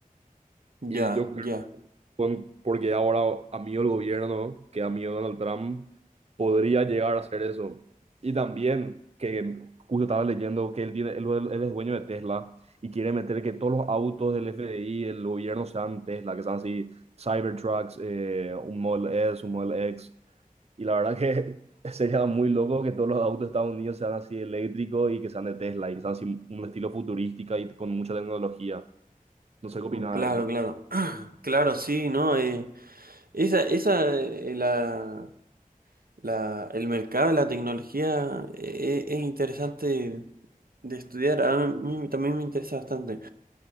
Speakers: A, on the right (about 85°); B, on the right (about 45°).
A: ya,
B: Y yo creo,
A: ya.
B: con- porque ahora amigo el gobierno, que amigo Donald Trump, podría llegar a hacer eso. Y también que justo estaba leyendo que él, tiene, él, él es dueño de Tesla y quiere meter que todos los autos del FDI, del gobierno, sean Tesla, que sean así Cybertrucks, eh, un Model S, un Model X. Y la verdad que <laughs> sería muy loco que todos los autos de Estados Unidos sean así eléctricos y que sean de Tesla y que sean así un estilo futurística y con mucha tecnología. No sé qué opinas
A: Mm, Claro,
B: de eso.
A: claro. <clears throat> Claro, sí, ¿no? Eh, esa, esa, eh, la, la, el mercado, la tecnología, eh, es interesante de estudiar. A mí también me interesa bastante.